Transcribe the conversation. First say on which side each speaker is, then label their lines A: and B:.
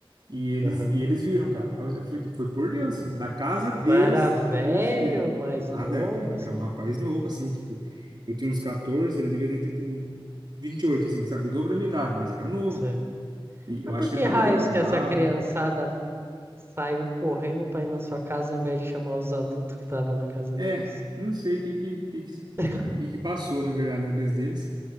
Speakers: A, on the right; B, on the right.
A: E eles,
B: aham.
A: e eles viram, cara. Foi, foi por Deus, assim. Da casa deles,
B: Mas era velho,
A: eles viram.
B: mais novo,
A: Nada.
B: assim?
A: Era um rapaz novo, assim, tipo... Eu tinha uns 14, ele devia ter, tipo, 28, assim, sabe? O dobro da minha idade, mas era novo.
B: Sei.
A: E eu
B: Mas
A: acho
B: por
A: que
B: que
A: ele tava
B: raios
A: drogado.
B: que essa criançada saiu correndo pra ir na sua casa ao invés de chamar os adultos que tava na casa
A: É,
B: deles?
A: não sei o que que, que, que
B: <laughs>
A: que que passou, na verdade, na cabeça deles.